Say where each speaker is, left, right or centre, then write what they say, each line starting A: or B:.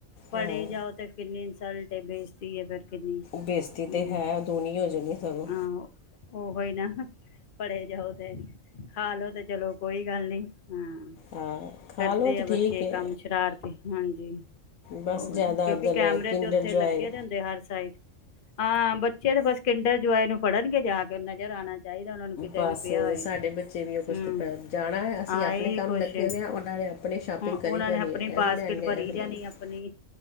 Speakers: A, on the left; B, on the left.
A: ਫੜੇ
B: ਹਾਂ
A: ਜਾਓ ਤੇ ਕਿੰਨੀ ਇਨਸਲਟ ਬੇਇਜ਼ਤੀ ਹੈ ਫਿਰ ਕਿੰਨੀ
B: ਬੇਇੱਜ਼ਤੀ
A: ਹਮ
B: ਤਾਂ ਹੈ ਦੂਣੀ ਹੋ ਜਾਣੀ ਸਗੋਂ
A: ਹਾਂ ਉਹ ਹੀ ਨਾ ਪੜੇ ਜਾਓ ਤੇ ਖਾ ਲੋੋ ਤੇ ਚਲੋ ਕੋਈ ਗੱਲ ਨੀ ਹਾਂ
B: ਹਾਂ ਖਾ
A: ਕਰਦੇ
B: ਲਓ ਤਾਂ
A: ਆ ਬੱਚੇ
B: ਠੀਕ ਹੈ
A: ਕੰਮ ਸ਼ਰਾਰਤੀ ਹਾਂਜੀ
B: ਬਸ
A: ਉਹੀ
B: ਜ਼ਿਆਦਾ
A: ਨਾ ਕਿਉਂਕਿ
B: ਉਧਰ
A: ਕੈਮਰੇ
B: ਕਿੰਡਰ
A: ਤੇ ਉੱਥੇ
B: ਜੋਏ
A: ਲੱਗੇ ਦੇ ਹੁੰਦੇ ਹਰ ਸਾਈਡ ਹਾਂ ਬੱਚੇ ਤੇ ਬਸ ਕਿਿੰਡਰ ਜਆਏ ਨੂੰ ਫੜਨਗੇ ਜਾ ਕੇ ਨਜ਼ਰ ਆਉਣਾ ਚਾਹੀਦਾ ਉਹਨਾ ਨੂੰ ਕਿਤੇ
B: ਬਸ
A: ਵੀ ਪਿਆ ਹੋਏ
B: ਸਾਡੇ ਬੱਚੇ ਵੀ ਉਹ ਕੁਛ
A: ਹਮ
B: ਤੇ ਪੈ- ਜਾਣਾ ਹੈ ਅਸੀਂ
A: ਹਾਂ
B: ਆਪਣੇ
A: ਇਹਹੀ
B: ਕੰਮ
A: ਕੁਛ
B: ਲੱਗੇ ਦੇ ਆ ਉਹਨਾਂ ਨੇ ਆਪਣੇ ਸ਼ਾਪਿੰਗ
A: ਹਾਂ ਉਹਨਾਂ
B: ਕਰੀ ਜਾਣੀ
A: ਨੇ ਆਪਣੀ
B: ਹੈ
A: ਬਾਸਕਿਟ
B: ਇਹ ਵੀ ਲੈਣੀ ਹੈ
A: ਭਰੀ
B: ਇਹ ਵੀ
A: ਜਾਣੀ
B: ਲੈਣੀ
A: ਆਪਣੀ